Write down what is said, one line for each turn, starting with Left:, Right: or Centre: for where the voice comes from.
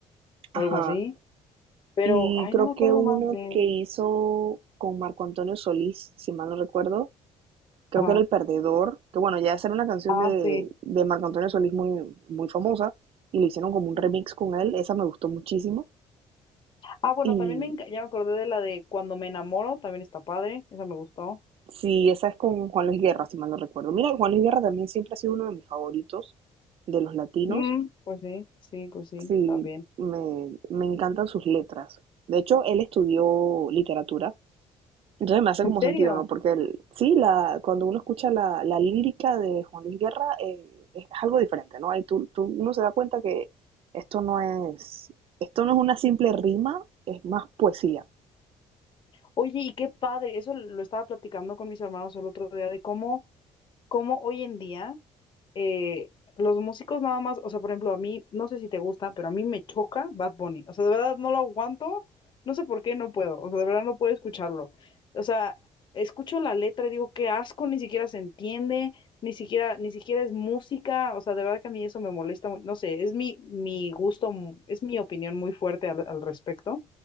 Right: Ajá.
Left: o algo así, pero,
Right: Y
Left: ay,
Right: creo
Left: no me
Right: que
Left: acuerdo
Right: uno
Left: más de él.
Right: que hizo con Marco Antonio Solís, si mal no recuerdo, creo
Left: Ah,
Right: que era El Perdedor, que bueno, ya esa era una canción
Left: ah,
Right: de,
Left: sí.
Right: de Marco Antonio Solís muy, muy famosa, y le hicieron como un remix con él, esa me gustó muchísimo.
Left: Ah, bueno,
Right: Y
Left: también me, enca- ya me acordé de la de Cuando me enamoro, también está padre, esa me gustó.
Right: Sí, esa es con Juan Luis Guerra, si mal no recuerdo. Mira, Juan Luis Guerra también siempre ha sido uno de mis favoritos de los latinos.
Left: Mm, pues sí, sí, pues sí,
Right: Sí,
Left: también.
Right: me, me encantan sus letras. De hecho, él estudió literatura, entonces me hace
Left: ¿En
Right: como
Left: serio?
Right: sentido, ¿no? Porque él, sí, la, cuando uno escucha la, la lírica de Juan Luis Guerra, eh, es algo diferente, ¿no? Ahí tú, tú- uno se da cuenta que esto no es, esto no es una simple rima, es más poesía.
Left: Oye, y qué padre, eso lo estaba platicando con mis hermanos el otro día, de cómo, cómo hoy en día eh, los músicos nada más, o sea, por ejemplo, a mí, no sé si te gusta, pero a mí me choca Bad Bunny, o sea, de verdad no lo aguanto, no sé por qué no puedo, o sea, de verdad no puedo escucharlo. O sea, escucho la letra y digo, qué asco, ni siquiera se entiende, ni siquiera, ni siquiera es música, o sea, de verdad que a mí eso me molesta, mu- no sé, es mi, mi gusto, mu- es mi opinión muy fuerte al al respecto